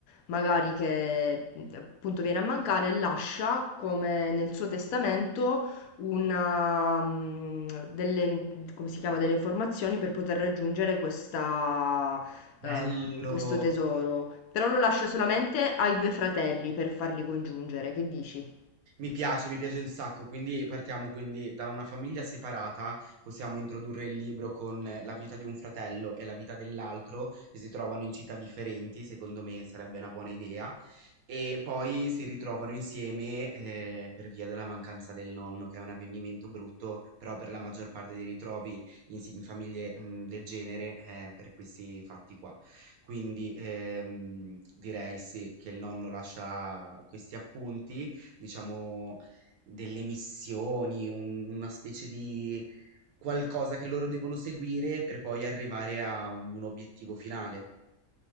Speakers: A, on the left; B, on the right.
A: magari che mh, appunto viene a mancare, lascia come nel suo testamento una, mh, delle, come si chiama, delle informazioni per poter raggiungere questa,
B: Bello!
A: ehm, questo tesoro. Però lo lascia solamente ai due fratelli per farli congiungere, che dici?
B: Mi piace, mi piace un sacco, quindi partiamo quindi da una famiglia separata, possiamo introdurre il libro con eh, la vita di un fratello e la vita dell'altro, che si trovano in città differenti, secondo me sarebbe una buona idea, e poi si ritrovano insieme eh, per via della mancanza del nonno, che è un avvenimento brutto, però per la maggior parte dei ritrovi in, si- in famiglie mm, del genere eh, per questi fatti qua. Quindi ehm, direi sì che il nonno lascia questi appunti diciamo, delle missioni, un- una specie di qualcosa che loro devono seguire per poi arrivare a un un obiettivo finale.